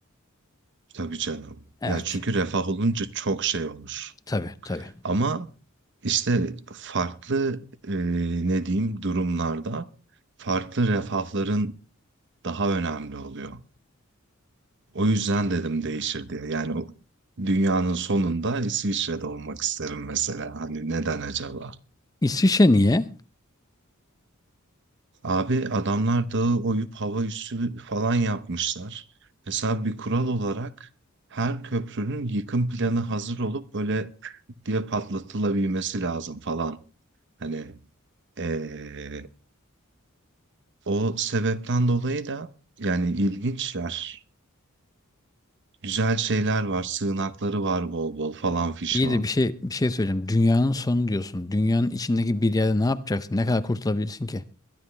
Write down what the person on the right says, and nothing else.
tabii canım.
Ya çünkü refah olunca çok şey olur.
Ama işte farklı e, ne diyeyim durumlarda farklı refahların daha önemli oluyor. O yüzden dedim değişir diye. Yani o dünyanın sonunda İsviçre'de olmak isterim mesela. Hani neden acaba?
Abi adamlar dağı oyup hava üssü falan yapmışlar. Mesela bir kural olarak her köprünün yıkım planı hazır olup böyle diye patlatılabilmesi lazım falan. Hani ee, O sebepten dolayı da yani ilginçler. Güzel şeyler var, sığınakları var bol bol falan fişman.